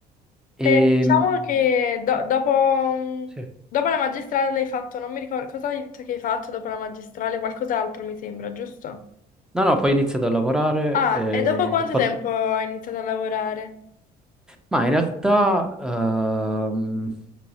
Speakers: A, in the centre; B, on the left.
A: E,
B: E diciamo
A: mm,
B: che do- dopo, mm,
A: Sì.
B: dopo la magistrale l'hai fatto, non mi ricordo cosa hai detto che hai fatto dopo la magistrale, qualcos'altro mi sembra, giusto?
A: no, no, poi ho iniziato a lavorare,
B: Ah,
A: e
B: e dopo quanto
A: ho fatto...
B: tempo hai iniziato a lavorare?
A: ma in realtà ehm,